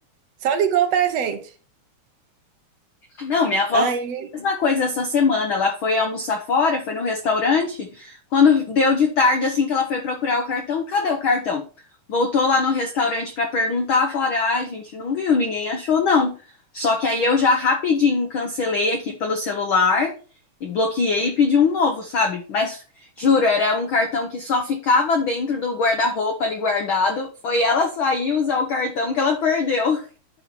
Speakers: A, on the right (about 65°); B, on the left (about 65°).
A: Só ligou pra gente.
B: Não, minha avó
A: Aí,
B: fez a mesma coisa essa semana. Ela foi almoçar fora, foi no restaurante. Quando deu de tarde, assim que ela foi procurar o cartão, cadê o cartão? Voltou lá no restaurante para perguntar, falaram: ah, a gente não viu, ninguém achou, não. Só que aí eu já rapidinho cancelei aqui pelo celular e bloqueei e pedi um novo, sabe? Mas juro, era um cartão que só ficava dentro do guarda-roupa ali guardado. Foi ela sair e usar o cartão que ela perdeu.